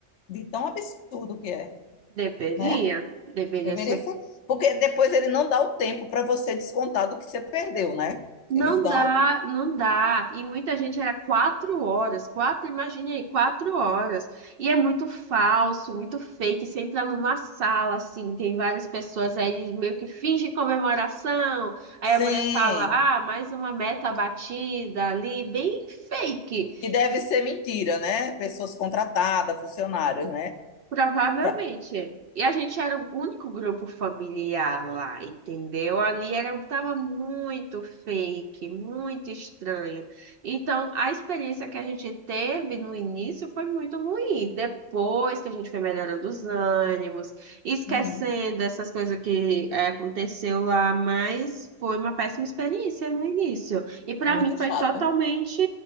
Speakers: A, on the left; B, on the right.
A: de tão absurdo que é,
B: Deveria?
A: né?
B: Deveria
A: Deveria
B: ser
A: ser. Porque depois ele não dá o tempo para você descontar do que você perdeu, né?
B: Não
A: Eles dão?
B: dá, não dá. E muita gente era quatro horas, quatro, imagine aí, quatro horas. E é muito falso, muito fake. Você entra numa sala, assim, tem várias pessoas aí meio que finge comemoração. Aí
A: Sim,
B: a mulher fala, ah, mais uma meta batida ali, bem fake.
A: que deve ser mentira, né? Pessoas contratadas, funcionários, né?
B: Provavelmente.
A: Pra-
B: E a gente era o único grupo familiar lá, entendeu? Ali era, tava muito fake, muito estranho. Então, a experiência que a gente teve no início foi muito ruim. Depois que a gente foi melhorando os ânimos, esquecendo
A: Uhum,
B: essas coisas que eh, aconteceu lá, mas foi uma péssima experiência no início. E para
A: Muito
B: mim foi
A: chato.
B: totalmente